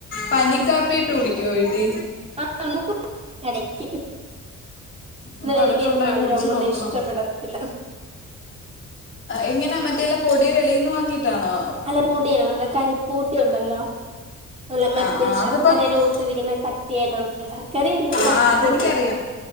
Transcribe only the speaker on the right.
ആ <unintelligible> ഇടക്ക് എന്നാലും
എനിക്ക്
അതിന്റെ
മധുരം
അങ്ങോട്ട്
ഇഷ്ടപ്പെടത്തില്ല
അല്ല പൂട്ടിയല്ലോ നമ്മുടെ കരിപ്പൂട്ടി ഉണ്ടല്ലോ നല്ല മറ്റേ
ശർക്കരയുടെ
കൂട്ടിരിക്കുന്ന കട്ടിയായിട്ടുള്ള ശർക്കരയല്ല
കരിപ്പൂട്ടി